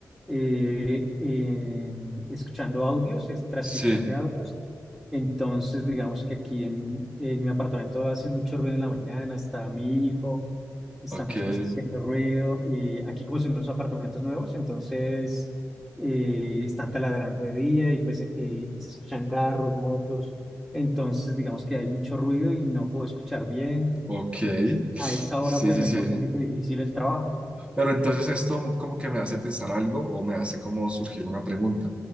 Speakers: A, in the centre; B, on the right.
A: eh, en- escuchando audios, es transcripción
B: Sí,
A: de audios. Entonces, digamos que aquí en, en mi apartamento hace mucho ruido en la mañana, está mi hijo, están
B: ok,
A: mis
B: eh,
A: cosas haciendo ruido. Y aquí como son unos apartamentos nuevos, entonces eh, están taladrando de día y pues eh, se escuchan carros, motos. Entonces, digamos que hay mucho ruido y no puedo escuchar bien.
B: ok.
A: Entonces, a esa
B: Sí,
A: hora, pues
B: sí,
A: me
B: sí.
A: queda un poquito difícil el trabajo.
B: Pero entonces esto como que me hace pensar algo o me hace como surgir una pregunta.